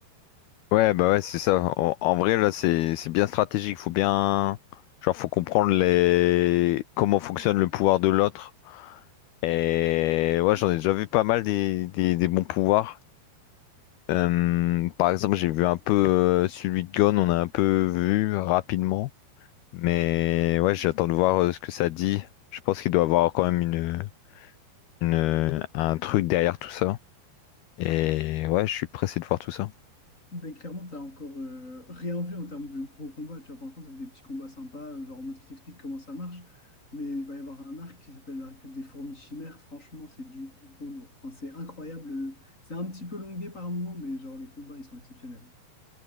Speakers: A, on the left; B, on the left.
A: Ouais, bah ouais, c'est ça. En, en vrai, là, c'est c'est bien stratégique. Faut bien, genre, faut comprendre les comment fonctionne le pouvoir de l'autre. Et ouais, j'en ai déjà vu pas mal des, des, des bons pouvoirs. Euh, par exemple, j'ai vu un peu euh, celui de Gon, on a un peu vu rapidement. Mais ouais, j'attends de voir euh, ce que ça dit. Je pense qu'il doit avoir quand même une, une un truc derrière tout ça. Et ouais, je suis pressé de voir tout ça.
B: Ben, clairement, t'as encore euh, rien vu en termes de gros combats. Tu vois, pour l'instant, t'as vu des petits combats sympas, euh, genre en mode qui t'explique comment ça marche. Mais il va y avoir un arc qui s'appelle l'arc des fourmis chimères. Franchement, c'est du gros lourd. Enfin, c'est incroyable. euh, C'est un petit peu longué par moment, mais genre les combats, ils sont exceptionnels.